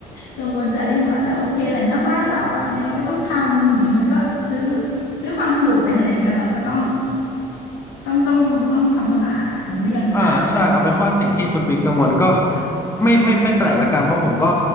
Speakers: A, on the left (about 85°); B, on the left (about 15°).
A: กังวลใจเล็กน้อยแต่โอเคแหละนอกบ้านเราอ่ะยังไงก็ต้องทำอย่างเงี้ยมันก็ซื้อซื้อความสนุกแต่ขณะเดียวกันเราก็ต้องต้องต้องต้องทำความสะอาดอ่ะมันเลี่ยงไม่ได้อยู่แหละ
B: อ่าใช่เอาเป็นว่าสิ่งที่คุณวินกังวลก็ไม่ไม่ไม่แปลกละกันเพราะผมก็